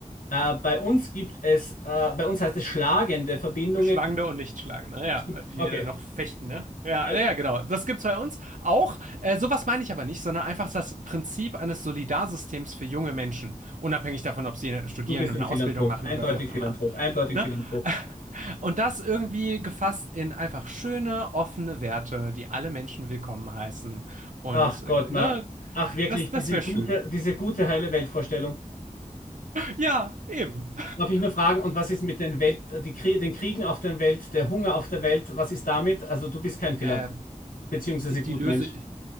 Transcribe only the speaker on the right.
Schlagende
und Nichtschlagende, ja,
die
äh, noch fechten, ne? Ja,
ja, ja, genau. Das gibt's bei uns auch. Äh, sowas meine ich aber nicht, sondern einfach das Prinzip eines Solidarsystems für junge Menschen, unabhängig davon, ob sie studieren
und
eine
Ausbildung machen
oder wie auch immer.
Ne?
<laughs> Und das irgendwie gefasst in einfach schöne, offene Werte, die alle Menschen willkommen heißen. Und
äh, ne,
das, das
wäre
schön.
Ja, eben.
Äh,
die, die
Löse,